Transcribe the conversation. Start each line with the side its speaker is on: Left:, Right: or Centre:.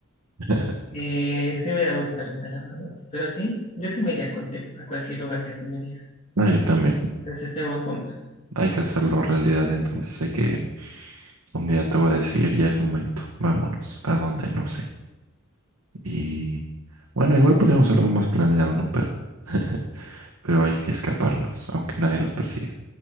Right: <laughs>
Left: Eh, sí me da mucha risa, la verdad. Pero sí, yo sí me iría contigo a cualquier lugar que tú me digas.
Right: Ah, yo también.
Left: Entonces estemos juntos.
Right: Hay que hacerlo realidad, entonces hay que... Un día te voy a decir, ya es momento, vámonos, a dónde no sé. Y bueno, igual podríamos hacerlo más planeado, ¿no? Pero, <laughs> pero hay que escaparnos, aunque nadie nos persiga.